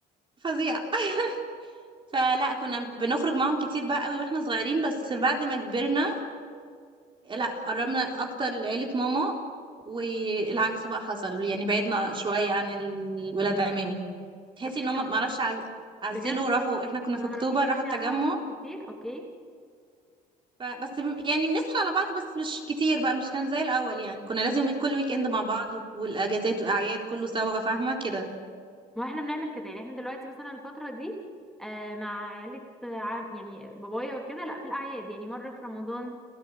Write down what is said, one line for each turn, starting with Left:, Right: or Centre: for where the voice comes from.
Right: فظيع <laughs> فلا كنا بنخرج معاهم كتير بقى قوي واحنا صغيرين بس بعد ما كبرنا لا قربنا اكتر لعيلة ماما والعكس بقى حصل يعني بعدنا شوية عن الولاد عمامي تحسي
Centre: اوكي
Right: ان هم
Centre: طب
Right: معرفش عز- عزلوا
Centre: بجد
Right: راحوا
Centre: ما
Right: احنا كنا في
Centre: تعرفيش
Right: اكتوبر
Centre: حاجة
Right: راحوا التجمع
Centre: عنهم كتير اوكي
Right: ف- بس م- يعني بنسأل على بعض بس مش كتير بقى مش كان زي الأول يعني كنا لازم ويك كل ويك اند مع بعض والأجازات والأعياد كله سوا فاهمة كده
Centre: ما احنا بنعمل كده يعني احنا دلوقتي مثلا الفترة دي آه مع عيلة عم يعني بابايا وكده لا في الأعياد يعني مرة في رمضان